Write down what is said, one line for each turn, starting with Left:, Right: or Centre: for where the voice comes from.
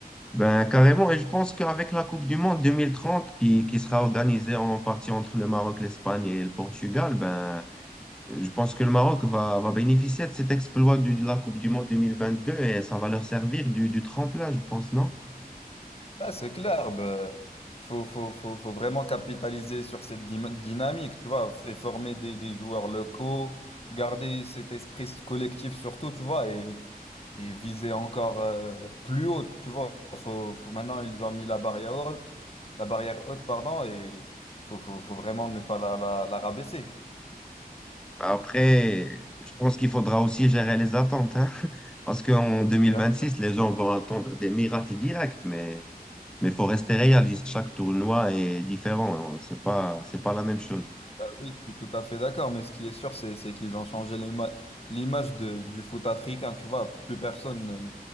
Centre: Ben, carrément, et je pense qu'avec la Coupe du Monde 2030 qui, qui sera organisée en partie entre le Maroc, l'Espagne et le Portugal, ben, Je pense que le Maroc va, va bénéficier de cet exploit du- de la Coupe du Monde 2022 et ça va leur servir du, du tremplin, je pense, non?
Left: Bah, c'est clair, bah, faut, faut, faut, faut vraiment capitaliser sur cette dyma- dynamique, tu vois, et former des, des joueurs locaux, garder cet esprit collectif surtout, tu vois, et, et viser encore euh, plus haut, tu vois. Faut, faut, maintenant, ils ont mis la barrière haute, la barrière haute, pardon, et faut, faut, faut vraiment ne pas la, la, la rabaisser.
Centre: Après, je pense qu'il faudra aussi gérer les attentes, hein, <laughs> parce qu'en 2026,
Left: Bien.
Centre: les gens vont attendre des miracles directs, mais mais faut rester réaliste. Chaque tournoi est différent. hein. C'est pas, c'est pas la même chose.
Left: Bah oui, je suis tout à fait d'accord, mais ce qui est sûr, c'est c'est qu'ils ont changé l'ima- l'image de- du foot africain, tu vois, plus personne ne